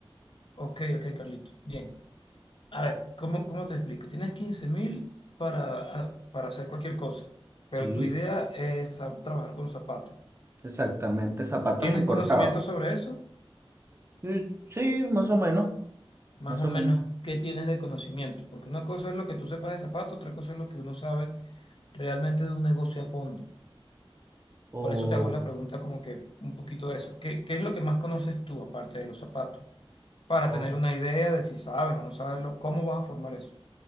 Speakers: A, on the left; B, on the right.
A: ok, ok, Carlito. Bien. A ver, ¿cómo, cómo te explico? Tienes quince mil para, ah, para hacer cualquier cosa,
B: Sí,
A: pero tu idea es a- trabajar con zapatos.
B: exactamente, zapatos
A: ¿Tienes
B: importados.
A: conocimiento sobre eso?
B: Y Sí, más o menos,
A: Más
B: más
A: o
B: o
A: menos,
B: menos.
A: ¿qué tienes de conocimiento? Porque una cosa es lo que tú sepas de zapatos, otra cosa es lo que uno sabe realmente de un negocio a fondo.
B: O,
A: Por eso te hago la pregunta como que un poquito de eso. ¿Qué, qué es lo que más conoces tú aparte de los zapatos? Para tener
B: o
A: una idea de si sabes o no sabes lo, cómo vas a formar eso.